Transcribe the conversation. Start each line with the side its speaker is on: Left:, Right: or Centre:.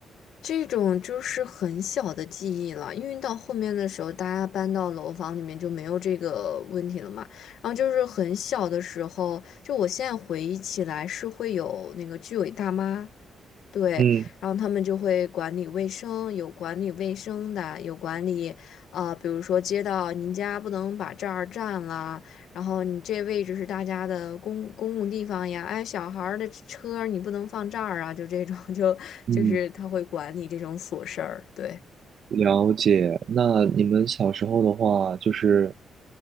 Left: 这种就是很小的记忆了，因为到后面的时候，大家搬到楼房里面就没有这个问题了嘛。然后就是很小的时候，就我现在回忆起来是会有那个居委大妈，对，
Right: 嗯
Left: 然后他们就会管理卫生，有管理卫生的，有管理，啊、比如说街道，您家不能把这儿占了，然后你这位置是大家的公公共地方呀，哎，小孩儿的车你不能放这儿啊，就这种，<laughs> 就就是他会管理这种琐事儿，
Right: 嗯。
Left: 对。
Right: 了解。那你们小时候的话，就是